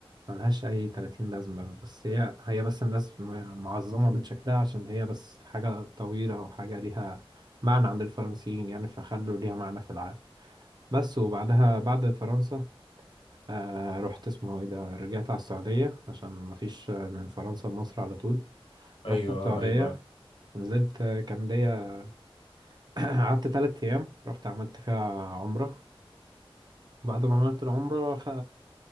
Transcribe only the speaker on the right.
ملهاش أي 30 لازمة بس هي هي بس الناس م- معظمة من شكلها عشان هي بس حاجة طويلة وحاجة ليها معنى عند الفرنسيين يعني فخلوا ليها معنى في العالم بس وبعدها بعد فرنسا آه رحت اسمه ايه ده رجعت على السعودية عشان مفيش آه، من فرنسا لمصر على طول
رحت السعودية
ونزلت آه، كان ليا <coughs> <clears throat> قعدت تلات أيام رحت عملت فيها عمرة وبعد ما عملت العمرة خ...